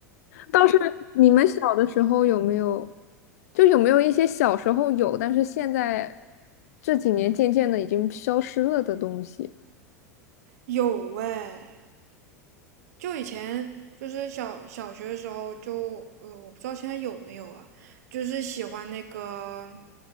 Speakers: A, on the left; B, on the right.
A: 倒是你们小的时候有没有，就有没有一些小时候有，但是现在这几年渐渐的已经消失了的东西？
B: 有哎。就以前就是小小学的时候就，呃，我不知道现在有没有啊，就是喜欢那个